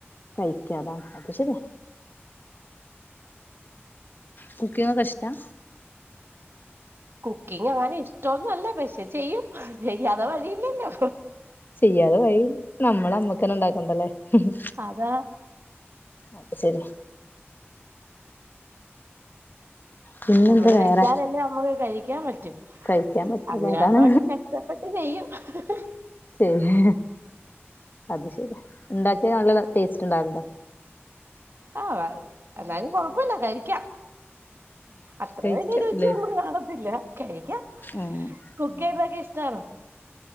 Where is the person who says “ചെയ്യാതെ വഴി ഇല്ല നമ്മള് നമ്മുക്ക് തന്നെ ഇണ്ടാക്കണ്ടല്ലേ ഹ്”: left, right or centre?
Left